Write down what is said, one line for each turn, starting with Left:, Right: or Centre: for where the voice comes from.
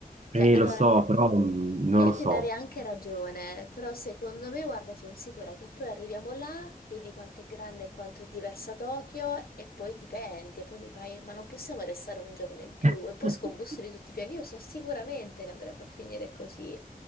Left: Cioè,
Right: Eh,
Left: allora,
Right: lo so, però mm, non
Left: Io
Right: lo so.
Left: ti darei anche ragione, però secondo me, guarda, sono sicura che poi arriviamo là, vedi quanto è grande e quanto è diversa Tokyo e poi ti penti e poi mi fai, ma non possiamo restare un giorno in più
Right: <laughs>
Left: e poi scombussoli tutti i piani. Io so sicuramente che andrebbe a finire così.